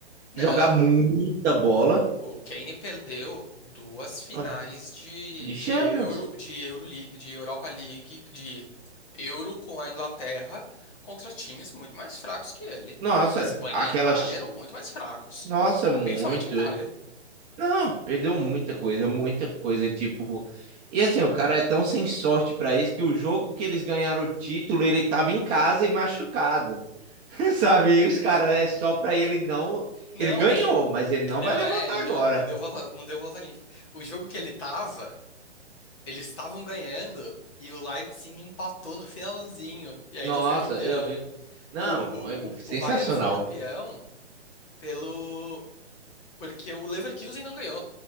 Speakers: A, on the left; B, on the right.
A: Não,
B: jogar muita bola
A: O Kane perdeu duas finais
B: Ah,
A: de,
B: de
A: de
B: Champions.
A: Euro, de Euro, Li- de Europa League, de Euro com a Inglaterra contra times muito mais fracos que ele.
B: Nossa,
A: Espanha
B: aquelas.
A: e Itália eram muito mais fracos,
B: Nossa, muito.
A: principalmente a Itália.
B: Não, perdeu muita coisa, muita coisa. Tipo. E assim, o cara é tão sem sorte pra isso que o jogo que eles ganharam o título, ele tava em casa e machucado. <laughs> Sabe? E os caras é só pra ele não.
A: Não,
B: Ele ganhou, mas ele não
A: não
B: vai levantar
A: é, ele
B: agora.
A: não, não deu volta, não deu volta olímpica. O jogo que ele tava, eles estavam ganhando e o Leipzig empatou no finalzinho e aí
B: Nossa,
A: não foi campeão.
B: eu vi. Não,
A: O,
B: foi
A: o, o,
B: sensacional.
A: o Bayern foi campeão pelo porque o Leverkusen não ganhou,